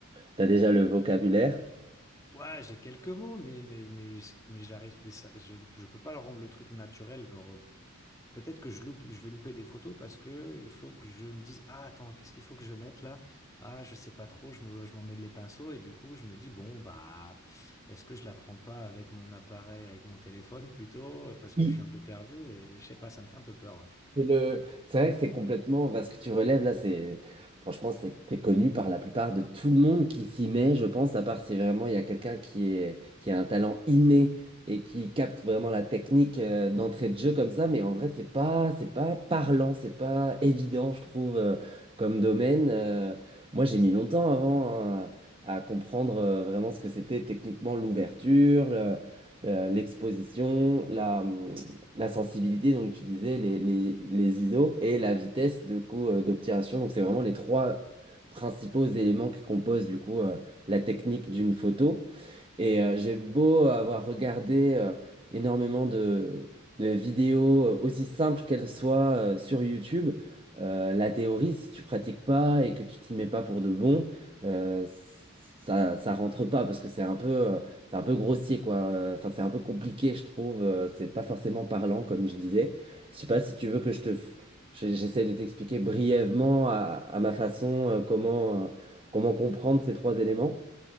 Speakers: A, on the right; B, on the left.
A: t'as déjà le vocabulaire.
B: ouais, j'ai quelques mots, mais, mais, mais, mais j'arrive, mais ça- je, je peux pas leur rendre le truc naturel. Genre, Peut-être que je loupe, je vais louper des photos parce que il faut que je me dise, ah attends, qu'est-ce qu'il faut que je mette là? Ah, je sais pas trop, je me, je m'en mêle les pinceaux et du coup je me dis, bon bah est-ce que je la prends pas avec mon appareil, avec mon téléphone plutôt, parce
A: Oui.
B: que je suis un peu perdu et je sais pas, ça me fait un peu peur. Ouais.
A: C'est le... c'est vrai que c'est complètement... Parce que tu relèves là, c'est... Franchement, c'est c'est connu par la plupart de tout le monde qui s'y met, je pense, à part si vraiment il y a quelqu'un qui est... qui a un talent inné et qui capte vraiment la technique euh, d'entrée de jeu comme ça. Mais en vrai, c'est pas... c'est pas parlant, c'est pas évident, je trouve, euh, comme domaine. Euh, Moi, j'ai mis longtemps avant hein, à comprendre euh, vraiment ce que c'était techniquement l'ouverture, le- euh, l'exposition, la... hum, la sensibilité, donc tu disais, les, les, les ISO et la vitesse de coup euh, d'obturation. Donc c'est vraiment les trois principaux éléments qui composent du coup euh, la technique d'une photo. Et euh, j'ai beau avoir regardé euh, énormément de, de vidéos, euh, aussi simples qu'elles soient, euh, sur YouTube, euh, la théorie, si tu pratiques pas et que tu t'y mets pas pour de bon, euh, ça, ça rentre pas parce que c'est un peu, euh, c'est un peu grossier, quoi. Euh, Enfin, c'est un peu compliqué, je trouve. euh, c'est pas forcément parlant, comme je disais. Je sais pas si tu veux que je te... f- j'ai- J'essaie de t'expliquer brièvement à, à ma façon, euh, comment, euh, comment comprendre ces trois éléments.